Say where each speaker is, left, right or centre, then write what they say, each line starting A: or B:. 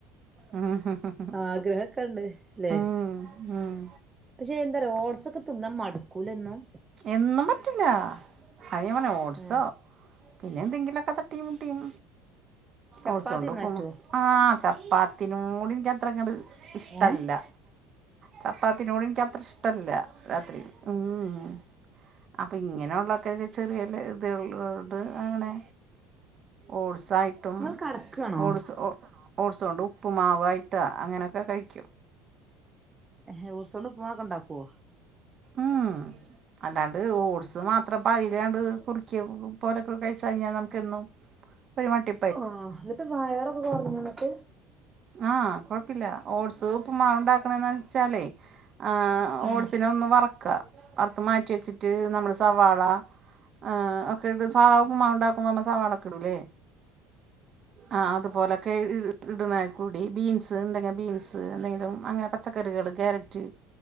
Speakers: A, on the right; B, on the right.
A: ഉം ഹ് ഹ് ഹ്
B: ആഗ്രഹ ക്കെണ്ട് ല്ലേ,
A: ഉം ഉം
B: പക്ഷെ എന്താ പറയ ഓട്സൊക്കെ തിന്നാ മടുക്കൂലെന്നും?
A: എന്നും പറ്റില്ല അത് ഞ പറഞ്ഞില്ലെ ഓട്സോ
B: ഏഹ്
A: പിന്നെന്തെങ്കിലൊക്കെ തട്ടീം മുട്ടീം
B: ചപ്പാത്തി
A: ഒട്സോണ്ടുപ്പുമാ
B: തിന്നാ പറ്റോ
A: ആഹ് ചപ്പാത്തിനോടെനിക്കത്രങ്ങട് ഇഷ്ടല്ല.
B: ഏഹ്
A: ചപ്പാത്തിനോട് എനിക്ക് അത്ര ഇഷ്ടല്ല രാത്രി ഉം. ഉം അപ്പൊ ഇങ്ങനെയൊള്ളൊക്കെ ചെറിയല് ഇത് അത് ഉണ്ട് അങ്ങനെ ഓട്സായിട്ടും
B: ഇങ്ങള് കടക്കാണോ
A: ഓട്സ് ഒ ഓട്സ് കൊണ്ട് ഉപ്പുമാവായിട്ടോ അങ്ങനൊക്കെ കഴിക്കും.
B: ഹെ ഓട്സുകൊണ്ട് ഉപ്പുമാവൊക്കെ ണ്ടാക്കുവോ?
A: ഉം അല്ലാണ്ട് ഓട്സ് മാത്രം പ അല്ലാണ്ട് കുറിക്കിയ ഉപ്പോലൊക്കെ കഴിച്ചു കഴിഞ്ഞാ നമുക്കൊന്നും ഒരുമട്ടി
B: ആഹ് ന്നട്ട് വയറൊക്കെ കുറഞ്ഞോ നിനക്ക്?
A: ആ കുഴപ്പില്ല ഓട്സ് ഉപ്പുമാവ് ഉണ്ടാക്കണന്ന് വെച്ചാലേ ആഹ്
B: ഉം
A: ഓട്സിനെ ഒന്ന് വറക്കാ വറത്ത് മാറ്റി വെച്ചിട്ട് നമ്മള് സവാള ആഹ് ഒക്കെടും സാധാ ഉപ്പമാവൊക്കെണ്ടക്കുമ്പോ മള് സാവാളൊക്കെ ഇടുംല്ലേ ആഹ് അതുപോലൊക്കെ ഇട്ണ കൂടി ബീൻസ് ഉണ്ടെങ്കി ബീൻസ് എന്തെങ്കിലും അങ്ങനെ പച്ചക്കറികള് കാരറ്റ്